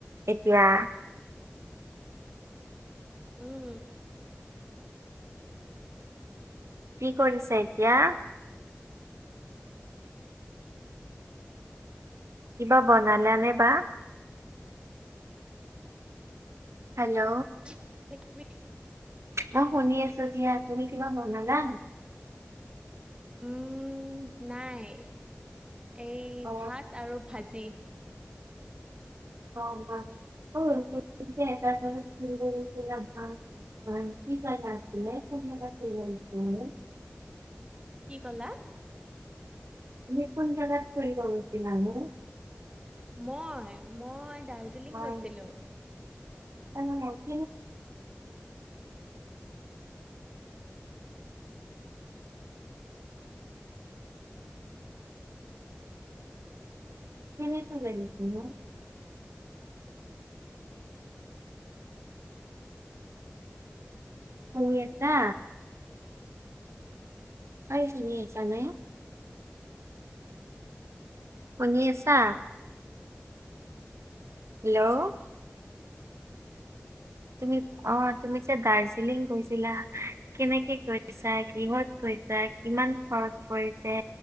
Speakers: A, on the right; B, on the right.
A: এতিয়া?
B: উমঁ।
A: কি কৰিছে এতিয়া? কিবা বনালে নে বা। হেল্ল'।
B: <unintelligible>
A: অঁ শুনি আছো দিয়া, তুমি কিবা বনালা?
B: উম নাই এই
A: অ
B: ভাত আৰু ভাজি।
A: <unintelligible> হয়, কি কাৰণে আছিলে <unintelligible>
B: কি কলা?
A: তুমি কোন জেগাত ফুৰিব গৈছিলা নো?
B: মই, মই-
A: হয়
B: গৈছিলো
A: কিনে <unintelligible> <unintelligible> <unintelligible> <unintelligible> কেনেকৈ লাগিল নু। পঢ়ি আছা। <unintelligible> শুনি আছা! হেল্ল' তুমি অঁ তুমি যে দাৰ্জিলিং গৈছিলা! কেনেকে কৰিছা, কিহত গৈছা, কিমান খৰচ পৰিছে